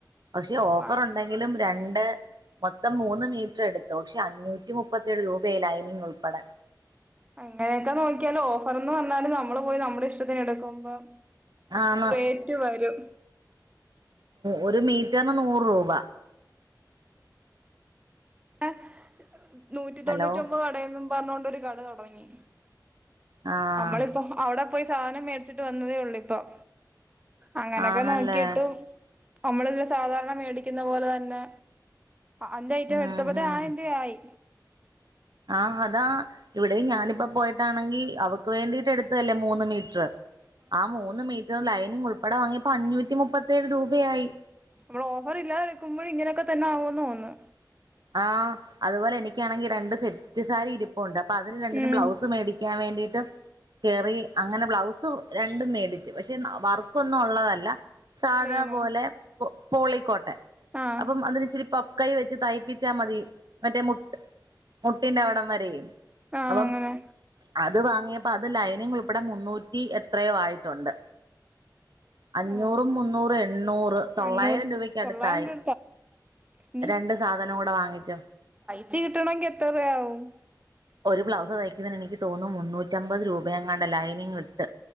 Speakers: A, on the right; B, on the right.
A: പക്ഷെ ഓഫർ
B: ആഹ്
A: ഉണ്ടെങ്കിലും രണ്ട്- മൊത്തം മൂന്ന് മീറ്റർ എടുത്തു പക്ഷെ അഞ്ഞൂറ്റ- നൂറ്റിമുപ്പത്തിഏഴ് രൂപയായി ലൈനിങ് ഉൾപ്പെടെ
B: അങ്ങനെയൊക്കെ നോക്കിയാല ഓഫർന്ന് പറഞ്ഞാല് നമ്മള് പോയി നമ്മുടെ ഇഷ്ടത്തിന് എടുക്കുമ്പോ-
A: ആണ്
B: റേറ്റ് വരും
A: ഒരു മീറ്ററിന് നൂറ് രൂപ
B: ആ നൂറ്റി
A: ഹലോ
B: തൊണ്ണൂറ്റ ഒമ്പത് കടയും പറഞ്ഞോണ്ടൊരു കട തുടങ്ങി
A: ആഹ്
B: നമ്മളിപ്പോ അവിടെ പോയി സാധനം മേടിച്ചിട്ട് വന്നതേ ഉള്ളൂ ഇപ്പം അങ്ങനൊക്കെ
A: ആണല്ലേ
B: നോക്കിട്ടു- നമ്മളെല്ലാം സാധാരണ മേടിക്കുന്ന പോലെ തന്നെ. അന്നായിട്ടും
A: ഉം
B: എടു ത്തപ്പഴത്തെ
A: ഉം
B: ആയിരം രൂപ ആയി.
A: ആഹ് അതാ ഇവിടെ ഞാനിയിപ്പോ പോയിട്ടാണെങ്കിൽ അവൾക്ക് വേണ്ടിട്ട് എടുത്തല്ലേ മൂന്ന് മീറ്ററ്. ആഹ് മൂന്ന് മീറ്റ റിന് ലൈനിങ് ഉൾപ്പെടെ വാങ്ങിയപ്പോ അഞ്ഞൂറ്റി മുപ്പത്തേഴ് രൂപയായി.
B: നമ്മള് ഓഫർ ഇല്ലാതെ എടുക്കുമ്പോഴം ഇങ്ങനെയൊക്കെ തന്നെ ആകുന്നു തോന്നുന്നു.
A: ആഹ് അതുപോലെ എനിക്കാണെങ്കിൽ രണ്ട് സെറ്റ് സാരിയും. ഉണ്ട് അപ്പൊ അതിന് രണ്ടിനും
B: ഉം
A: ബ്ലൗസ് മേടിക്കാൻ വേണ്ടിയിട്ട്. കേറി അങ്ങനെ ബ്ലൗസ് രണ്ടും മേടിച്ചു, പക്ഷെ വർക്കൊന്നും ഉള്ളതല്ല. സാധാപോലെ
B: പ്ലെയിനോ
A: പോ പോളി കോട്ടൺ
B: ആഹ്
A: അപ്പം അതിന് ഇച്ചിരി പുഫ്. കൈ വെച്ച് തുണി തൈപ്പി ച്ചാൽ മതി മറ്റേ മുട്ട് മുട്ടിന്റെ അവിടം വരെയും.
B: ആഹ്
A: അപ്പം
B: അങ്ങനെ
A: അത് വാങ്ങിയപ്പോ അത് ലൈനിങ് ഉൾപ്പെടെ മുന്നൂറ്റി എത്രയോ ആയിട്ടുണ്ട്. അഞ്ഞൂറും
B: ഓ
A: മുന്നൂറുംഎണ്ണൂറ് തൊള്ളായിരം
B: എണ്ണൂറ്
A: രൂപക്ക്
B: തൊള്ളായിരം
A: അടുത്തായി
B: രൂപ ഇനി
A: രണ്ട് സാധനം കൂടെ വാങ്ങിച്ച
B: ച്ച് കിട്ടണമെങ്കിൽ എത്ര രൂപയാവും?
A: ഒരു ബ്ലൗസ് തയ്ക്കുന്നതിന് എനിക്ക് തോന്നുന്നു മുന്നൂറ്റിമ്പത് രൂപയെങ്ങാണ്ട് ലൈനിങ് ഇട്ട്.